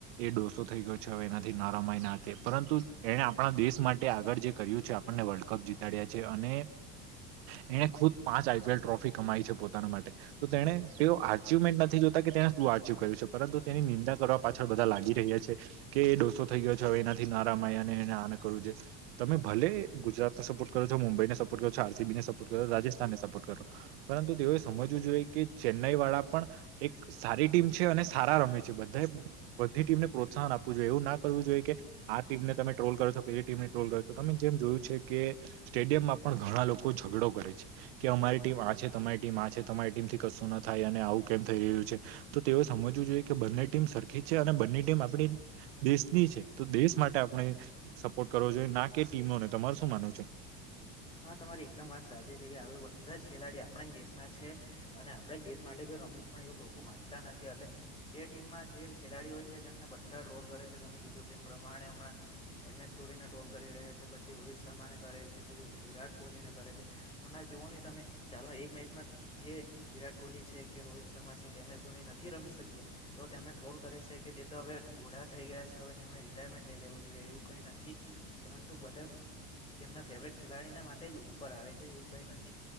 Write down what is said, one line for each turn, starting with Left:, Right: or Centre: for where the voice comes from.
Right: એ ડોસો થઈ ગયો છે હવે એનાથી નારા પરંતુ એણે આપણા દેશ માટે આગળ જે કર્યું છે આપણને વર્લ્ડ કપ જીતાડ્યા છે અને એણે ખુદ પાંચ આઈપીએલ ટ્રોફી કમાઈ છે પોતાના માટે તો તેને તેઓ અચિવમેન્ટ નથી જોતા કે તેને શું અચીવ કર્યું છે પરંતુ તેની નિંદા કરવા પાછળ બધા લાગી રહ્યા છે કે એ ડોસો થ ગયો હવે એનાથી નારામનેને આ કરવું છે તમે ભલે ગુજરાતને સપોર્ટ કરો છો મુંબઈને. આરસીબીને સપોર્ટ કરો રાજસ્થાનને સપોર્ટ કરો પરંતુ તેઓ સમજવું જોઈએ કે ચેન્નાઈ વાળા. પણ એક સારી ટીમ છે અને સારા રમે છે બધા બધી ટીમને પ્રોત્સાહન આપવું જોઈએ એવું ના કર. આ ટીમને તમે ટ્રોલ કરો છો પેલી ટીમને ટ્રોલ કરોો તમે જેમ જોયું છે કે સ્ટેડિયમમાં. પણ ઘણા લોકો ઝઘડો કરે છે કે અમારી ટીમ આ છે તમારી ટીમ આ છે તમારી ટીમ થી કશું ના થાય અને આવું. કેમ થઈ રહ્યું છે તો તેઓ સમજવું જોઈએ કે બંને ટીમ સરખી છે અને બંને ટીમ આપણી દેશની. તો દેશ માટે આપણે સપોર્ટ કરવો જોઈએ ના કે ટીમોને તમાર શું માનવ છે.
Left: હા તમારી એકદમ વાત સાચી છે કે હવે બધા જ ખેલાડી આપણા દેશના છે અને આપણા દેશ માટે. રમેશ પણ એવું લોકો માનતા નથી એટલે. જે ટીમમાં જે ખેલાડી હોય છે તેમને બધા જ રોલ કરે છે તમે કીધું તેમ પ્રમાણે હમણાં એમ એસ ધો. ટોલ કરી રહ્યા છે પછી રોહિત શર્માને કરે છે, પછી, વિરાટ કોહલીને કરે છે હમણાં જોવ નહી તમે ચાલો એક મેચમાં જે વિરાટ કોહલી છે કે, રોહિત શર્મા છે કે એમ એસ ધોની નથી રી શકી્યા તો તેમને ટ્રોલ કરે છે કે, હવે બોઢા થઈ ગયા છે હવે તેમણે રિટાયરમેન્ટ લઈ લેવું જોઈએ એવું કઈ નથી પરંતુ બધા. તેમના ફેવરેટ. ખેલાડીના માટે જ ઉપર આવે છે એવું કઈ નથી